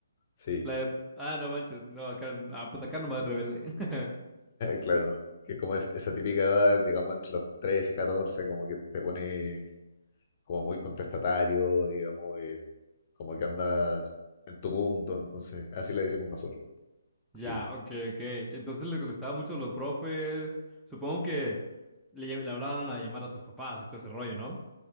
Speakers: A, on the left (about 40°); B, in the centre.
A: sí,
B: La
A: <laughs>
B: de- Ah, no manches, no, acá, ah, pues acá nomás rebelde. <laughs>
A: claro, no. Que es como es- esa típica edad, digamos, entre los 13 y 14, como que te pone como muy contestatario, digamos, eh, como que andas en tu punto, entonces, así le decimos nosotros.
B: Ya,
A: Sí,
B: ok, ok. Entonces le contestaba mucho a los profes. Supongo que le, lle- le hablaban a llamar a tus papás y todo ese rollo, ¿no?